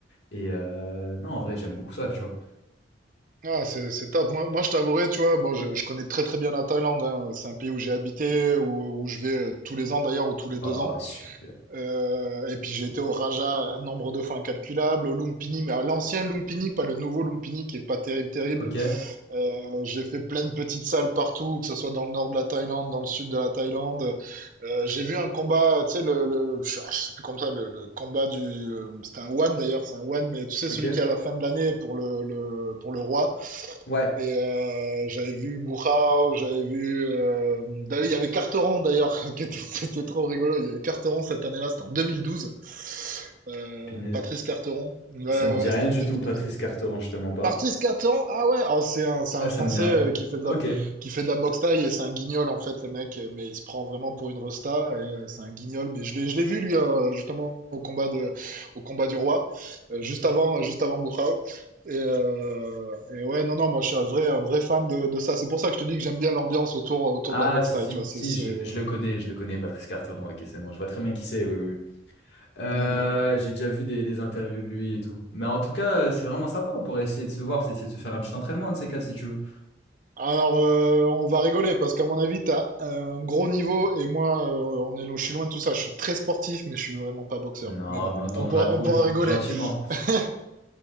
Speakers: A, on the left; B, on the right.
A: et euh, non, en vrai, j'aime beaucoup ça, tu vois.
B: Ah, c'est, c'est top. Moi, moi, je t'avouerai, tu vois, bon, je, je connais très très bien la Thaïlande. hein. C'est un pays où j'ai habité, où, où je vais euh, tous les ans d'ailleurs, ou tous les deux
A: Ah,
B: ans.
A: super.
B: Euh, et puis j'ai été au Raja un nombre de fois incalculable, au Lumpini, mais à l'ancien Lumpini, pas le nouveau Lumpini qui est pas terrible, terrible.
A: Ok,
B: Euh, j'ai fait plein de petites salles partout, que ce soit dans le nord de la Thaïlande, dans le sud de la Thaïlande. Euh, j'ai vu un combat, tu sais, le, le, je ah, je sais plus comme ça, le, le combat du, euh, c'était un one d'ailleurs, c'est un one, mais tu sais
A: ok.
B: celui qui est à la fin de l'année pour le, le, pour le roi.
A: Ouais,
B: Et euh, j'avais vu Bourrao, j'avais vu. euh, d'ailleurs, il y avait Carteron d'ailleurs, <laughs> qui était, c'était trop rigolo. Il y avait Carteron cette année-là, c'était en 2012. Euh,
A: punaise.
B: Patrice Carteron. Ouais, ouais,
A: Ça me dit
B: ouais,
A: rien
B: c'était en
A: du
B: 2012.
A: tout, Patrice Carteron, je te mens pas.
B: Martis Carton, ah ouais, ah, c'est un, c'est
A: Ah,
B: un Français
A: ça me dit rien
B: euh,
A: du tout.
B: qui fait de
A: Ok.
B: la, qui fait de la boxe taille et c'est un guignol en fait le mec, euh, mais il se prend vraiment pour une resta et euh, c'est un guignol. Mais je l'ai, je l'ai vu lui euh, justement au combat de, au combat du roi, euh, juste avant, juste avant Buchau. Et, euh, et ouais, non, non, moi je suis un vrai, un vrai fan de, de ça. C'est pour ça que je te dis que j'aime bien l'ambiance autour, autour
A: Ah,
B: de la boxe
A: si,
B: taille,
A: si,
B: tu vois. C'est,
A: si,
B: c'est,
A: je, le je
B: ouais.
A: le connais, je le connais, Patrice Carteron. Ok, c'est bon, je vois très bien qui c'est, oui, oui. oui. Euh,
B: Euh,
A: j'ai déjà vu des, des interviews de lui et tout. Mais en tout cas, euh, c'est vraiment sympa. On pourrait essayer de se voir, c'est essayer de se faire un petit entraînement, de ces quatre, si tu veux.
B: Alors, euh, on va rigoler parce qu'à mon avis, tu as un gros niveau et moi, euh, on est, lo- je suis loin de tout ça. Je suis très sportif, mais je suis vraiment pas boxeur.
A: Non,
B: Mais bon,
A: mais on tournera
B: on pourra,
A: cool,
B: on pourra rigoler.
A: gentiment.
B: <laughs>